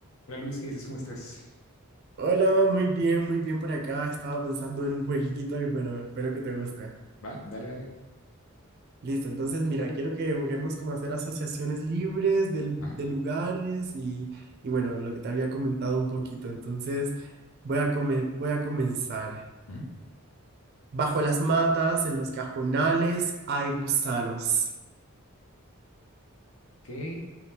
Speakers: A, on the left (about 70°); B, on the right (about 45°).
A: Hola Luis, ¿qué dices? ¿Cómo estás?
B: Hola, muy bien, muy bien por acá. Estaba pensando en un jueguito y bueno, espero que te guste.
A: Va, dale, dale.
B: Listo, entonces mira, quiero que juguemos como hacer asociaciones libres de,
A: Ajá.
B: de lugares y, y bueno, lo que te había comentado un poquito. Entonces voy a, come- voy a comenzar.
A: ujú,
B: Bajo las matas, en los cajonales, hay gusanos.
A: Ok.